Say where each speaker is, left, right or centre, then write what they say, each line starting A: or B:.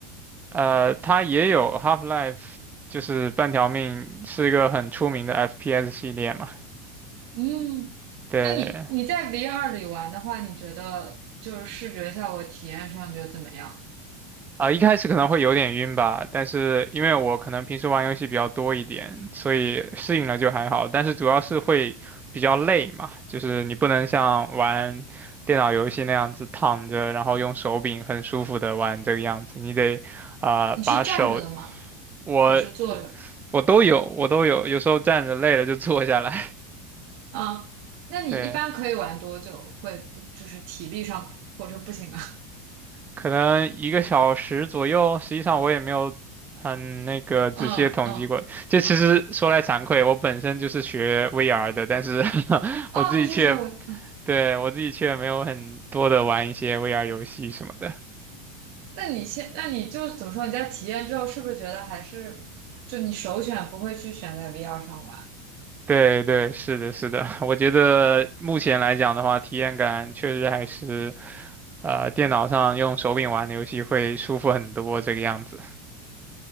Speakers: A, on the right; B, on the right.
A: 呃，它也有 Half-Life，就是半条命，是一个很出名的 FPS 系列嘛。
B: 嗯，
A: 对，
B: 那你你在 VR 里玩的话，你觉得就是视觉效果体验上觉得怎么样？
A: 啊、一开始可能会有点晕吧，但是因为我可能平时玩游戏比较多一点，所以适应了就还好。但是主要是会比较累嘛，就是你不能像玩电脑游戏那样子躺着，然后用手柄很舒服的玩这个样子，你得啊、
B: 你是站着的吗？
A: 把手，我
B: 还是坐着？
A: 我都有，我都有，有时候站着累了就坐下来，
B: 啊，
A: <laughs>
B: 那你一般可以玩多久？
A: 对。
B: 会不就是体力上或者不行啊？
A: 可能一个小时左右，实际上我也没有很那个仔细的统计过。
B: <laughs> 嗯嗯，
A: 这其实说来惭愧，我本身就是学 VR 的，但是 <laughs>
B: 哦，
A: 我自己却，
B: 你是学文。
A: 对，我自己却没有很多的玩一些 VR 游戏什么的。
B: 那你现，那你就怎么说？你在体验之后，是不是觉得还是就你首选不会去选在 VR 上玩？
A: 对对，是的，是的，<laughs> 我觉得目前来讲的话，体验感确实还是呃电脑上用手柄玩的游戏会舒服很多这个样子。